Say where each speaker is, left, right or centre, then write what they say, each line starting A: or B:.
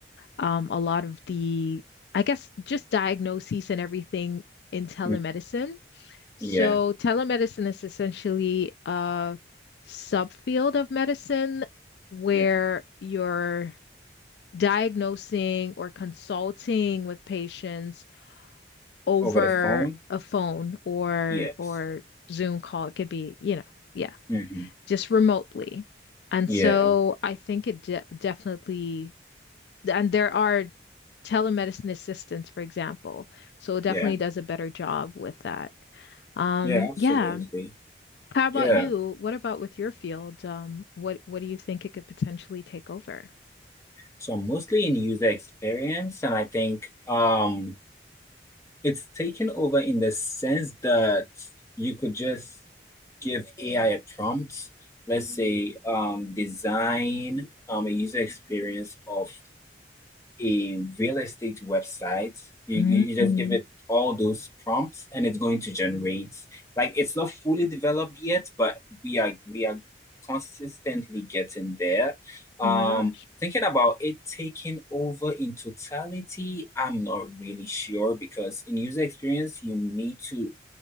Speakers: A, on the left; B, on the left.
A: um, a lot of the, I guess, just diagnoses and everything in telemedicine.
B: mm.
A: So
B: yeah,
A: telemedicine is essentially a subfield of medicine where
B: yeah.
A: you're diagnosing or consulting with patients over
B: Over the phone.
A: a phone or
B: Yes.
A: or Zoom call. It could be, you know, yeah,
B: hmm
A: just remotely. And
B: Yeah,
A: so I think it de definitely, and there are telemedicine assistants, for example. So it definitely
B: yeah,
A: does a better job with that. Um,
B: yeah. Absolutely.
A: yeah. How about
B: Yeah.
A: you? What about with your field? Um, what what do you think it could potentially take over?
B: So mostly in user experience, and I think um. It's taken over in the sense that you could just give AI a prompt, let's say, um, design um, a user experience of a real estate website. You,
A: Mm.
B: you, you just give it all those prompts and it's going to generate. Like it's not fully developed yet, but we are we are consistently getting there. Um,
A: Oh my gosh.
B: thinking about it taking over in totality, I'm not really sure because in user experience, you need to